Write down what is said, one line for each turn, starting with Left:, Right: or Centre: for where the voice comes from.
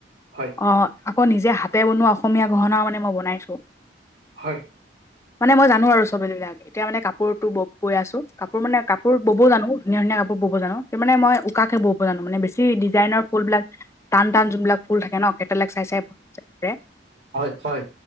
Right: হয়
Left: অ, আকৌ নিজে হাতে বনোৱা অসমীয়া গহনা মানে মই বনাইছোঁ।
Right: হয়।
Left: মানে মই জানো আৰু সব এইবিলাক। এতিয়া মানে কাপোৰটো বব বৈ আছো। কাপোৰ মানে কাপোৰ ব'বও জানো ধুনীয়া- ধুনীয়া কাপোৰ ব'ব জানো। ত মানে মই উকাকে বব জানো মানে বেছি। কি ডিজাইনৰ ফুলবিলাক টান টান যোনবিলাক ফুল থাকে ন কেটেলেক চাই চাই-
Right: হয় হয়,